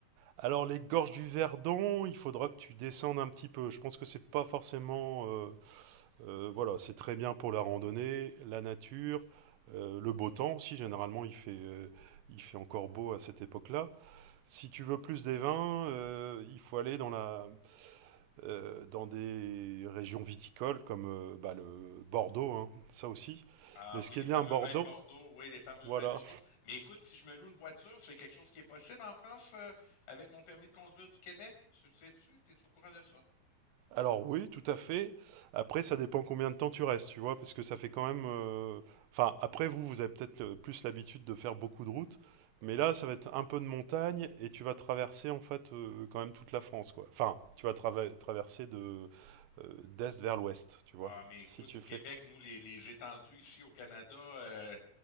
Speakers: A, on the right (about 75°); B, on the left (about 85°).
A: Alors les gorges du Verdon, il faudra que tu descendes un petit peu. Je pense que c'est pas forcément euh, Euh, voilà, c'est très bien pour la randonnée, la nature, euh, le beau temps aussi. Généralement, il fait, euh, il fait encore beau à cette époque-là. Si tu veux plus des vins, euh, il faut aller dans, la, euh, dans des régions viticoles comme euh, bah, le Bordeaux, hein, ça aussi.
B: Ah
A: Mais ce
B: oui,
A: qui
B: les
A: est bien
B: fameux
A: à Bordeaux,
B: vins de Bordeaux, oui, les fameux
A: voilà,
B: vins de Bordeaux. Mais écoute, si je me loue une voiture, c'est quelque chose qui est possible en France euh, avec mon permis de conduire du Québec. Tu le sais-tu? T'es-tu au courant de ça?
A: Alors oui, tout à fait. Après, ça dépend combien de temps tu restes, tu vois, parce que ça fait quand même. euh, Enfin, après vous, vous avez peut-être le- plus l'habitude de faire beaucoup de routes, mais là, ça va être un peu de montagne et tu vas traverser en fait euh, quand même toute la France, quoi. Enfin, tu vas trava- traverser de euh, d'est vers l'ouest, tu
B: Bah,
A: vois,
B: mais écoute,
A: si tu
B: au Québec,
A: fais.
B: nous, les, les étendues ici au Canada, euh,